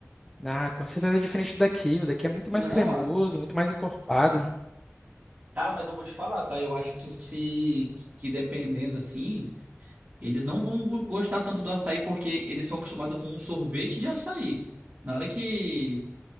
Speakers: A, in the centre; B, on the right.
A: Ah, com certeza é diferente do daqui. O daqui é muito mais
B: Não,
A: cremoso,
B: a-
A: muito mais encorpado.
B: cara, mas eu vou te falar, tá? Eu acho que se... que dependendo, assim, eles não vão go- gostar tanto do açaí, porque eles são acostumados com um sorvete de açaí. Na hora que...